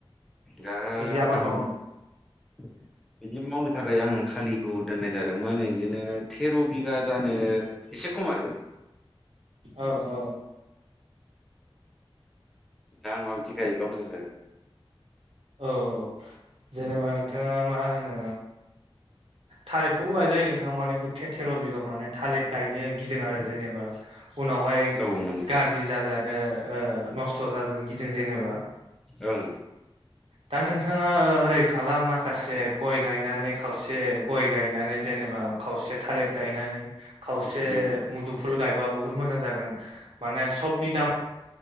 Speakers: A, in the centre; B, on the right.
A: दा
B: बिदि आबाद
A: आं
B: मावनो
A: बिदि मावनो थाखाय आं खालिखौ दोननाय जादोंमोन इदिनो थेर' बिगा जानो एसे खम आरो
B: औ औ
A: दा आं माबायदि गायोब्ला मोजां जागोन।
B: औ औ जेनेबा नोंथाङा मा होनो थालिरखौबो गायजायो नोंथाङा माने गुथे थेर' बिगा माने थालिर गायनो गिदों आरो जेनेबा उनावहाय
A: औ नों
B: गाज्रि जाजानो ओ नस्थ' अब्ला जों गिदिं जेनोबा
A: ओं
B: दा नोंथाङा ओरै खालाम माखासे गय गायनानै खावसे गय गायनानै जों जेनेबा खावसे थालिर गायनानै खावसे
A: उम
B: मुदुफुल गायबा बुहुत मोजां जागोन माने सबनि दाम